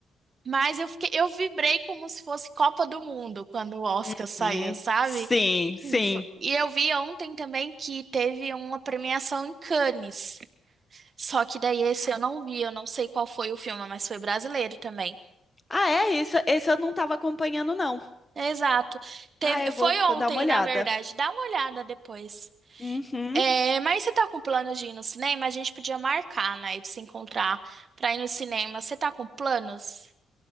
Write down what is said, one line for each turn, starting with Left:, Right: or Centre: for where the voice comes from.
Right: Mas eu fiquei, eu vibrei como se fosse Copa do Mundo quando o Oscar
Left: Uhum.
Right: saiu, sabe?
Left: Sim, sim.
Right: E fo- e eu vi ontem também que teve uma premiação em Cannes. Só que daí esse eu não vi, eu não sei qual foi o filme, mas foi brasileiro também.
Left: Ah, é isso. Esse eu não estava acompanhando, não.
Right: Exato. Teve,
Left: Ah, eu
Right: foi
Left: vou,
Right: ontem,
Left: vou dar uma olhada.
Right: na verdade. Dá uma olhada depois.
Left: Uhum.
Right: É, mas você tá com plano de ir no cinema? A gente podia marcar, né, de se encontrar pra ir no cinema. Você tá com planos?